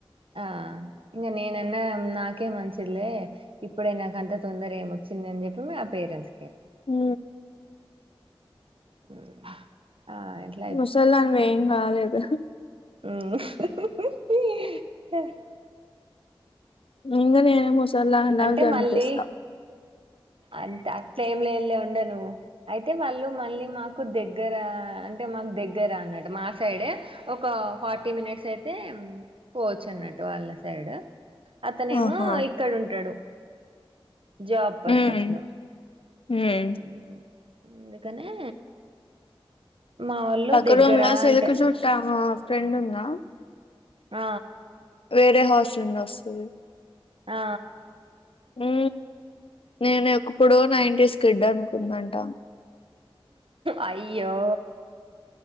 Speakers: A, on the right (about 70°); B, on the left (about 70°).
A: ఆ ఇంగ నేనన్నా నాకే మంచిదిలే ఇప్పుడే నాకంత తొందర ఏమొచ్ వచ్చిందని జెప్పి మా పేరెంట్స్ కి
B: ఊ
A: <unintelligible> ఇట్లా
B: ముసల్దానివేం గాలేదు
A: ఊ ఉహ్ ఉహ్హు హ్హు హ్హు హూహ్ హ!
B: ఇంగ నేను ముసల్దానిలాగా
A: అంటే
B: కనిపిస్తా.
A: మళ్ళీ అంత అట్ల ఏంలేలే ఉండు నువ్వు అయితే వాళ్ళు మళ్ళి మాకు దెగ్గరా అంటే మాకు దగ్గరా అన్ అన్నట్టు మా సైడే ఒక ఫార్టీ మినిట్స్ అయితే పోవచ్చు అన్నట్టు వాళ్ళ సైడ్ అతనేమో
B: ఆహా!
A: ఇక్కడ ఉంటడు జాబ్ పర్పస్
B: హ్మ్.
A: లో
B: హ్మ్.
A: అందుకనే మా వోళ్ళు
B: పక్క
A: దగ్గర
B: రూంల సెలుకు
A: అంటే
B: చూస్దామా ఫ్రెండుందా
A: ఆ
B: వేరే హాస్టల్ నుండి ఒస్తది
A: ఆ
B: ఊ నేను ఎక్ ప్పుడు నైన్టీస్ కిడ్ అనుకుందంటా
A: అయ్యో